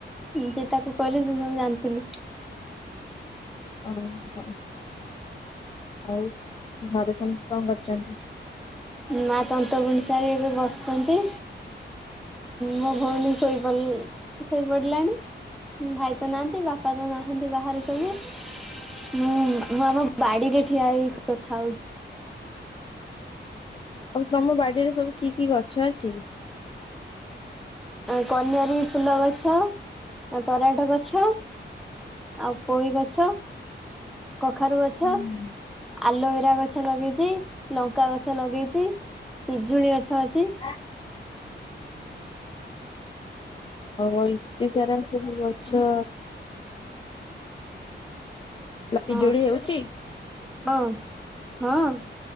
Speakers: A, in the centre; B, on the left (about 25°).
A: ଯେ ତାକୁ କହିଲି ଯେ ସବୁ ଜାଣିଥିଲୁ।
B: ଓହୋ। ଆଉ ଘରେ ସମସ୍ତେ କଣ କରୁଚନ୍ତି?
A: ମା ତନ୍ତବୁଣି ସାରି ଏବେ ବସିଛନ୍ତି। ମୋ ଭଉଣୀ ଶୋଇପ ଶୋଇପଡ଼ିଲାଣି। ଭାଇ ତ ନାହାଁନ୍ତି ବାପା ତ ନାହାଁନ୍ତି ବାହାରେ ସବୁ। ମୁଁ ମୁଁ ଆମ ବାଡିରେ ଠିଆ ହେଇକି କଥା ହୋଉଛି।
B: ଆଉ ତମ ବାଡିରେ ସବୁ କି କି ଗଛ ଅଛି।
A: କନିଅରୀ ଫୁଲ ଗଛ ତରାଟ ଗଛ। ଆଉ ପୋଇ ଗଛ, କଖାରୁ ଗଛ,
B: ହୁଁ
A: ଆଲୋଭେରା ଗଛ। ଗଛ ଲଗେଇଛି ଲଙ୍କା ଗଛ ଲଗେଇଛି ପିଜୁଳି ଗଛ ଅଛି।
B: ହଁ ହୋଉ ଏତେ ସାରା ସବୁ ଗଛ ହେଲା ପିଜୁଳି
A: ହଁ
B: ହେଉଛି।
A: ହଁ ହଁ।